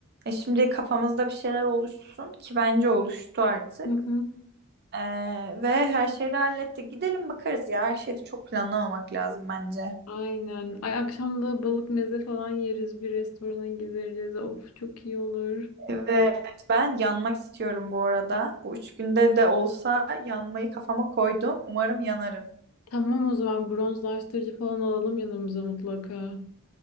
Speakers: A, on the right; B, on the left.
A: E, şimdi kafamızda bir şeyler oluşsun ki bence oluştu artık.
B: Hı hı.
A: E, ve her şeyi de hallettik. Gidelim bakarız ya her şeyi de çok planlamamak lazım bence.
B: Aynen. Ay akşam da balık meze falan yeriz, bir restorana gideriz. Of çok iyi olur.
A: Evet ben yanmak istiyorum bu arada. Bu üç günde de olsa yanmayı kafama koydum. Umarım yanarım.
B: Tamam o zaman bronzlaştırıcı falan alalım yanımıza mutlaka.